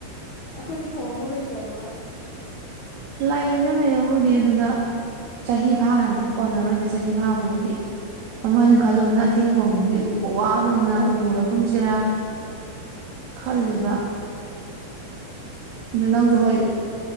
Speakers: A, on the left; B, on the right.
A: ꯑꯈꯣꯏꯒꯤ ꯐꯧ ꯑꯝꯐꯥꯎ ꯂꯩꯇ꯭ꯔꯕꯕ
B: ꯂꯩꯅ ꯂꯩꯕꯕꯨꯗꯤ ꯑꯗꯨꯗ ꯆꯍꯤ ꯐꯥꯅꯗꯤ ꯀꯣꯟꯅꯔꯣꯏꯕ ꯆꯍꯤ ꯐꯥꯕꯒꯤꯗꯤ ꯑꯃꯅ ꯈꯜꯂꯨꯕꯅ ꯑꯊꯦꯡ ꯐꯣꯡꯗꯨꯗꯤ ꯎꯕ ꯋꯥꯕꯅꯤꯅ ꯎꯔꯒꯨꯝꯁꯤꯔ ꯈꯜꯂꯤꯕ ꯅꯪꯖꯨ ꯍꯣꯏ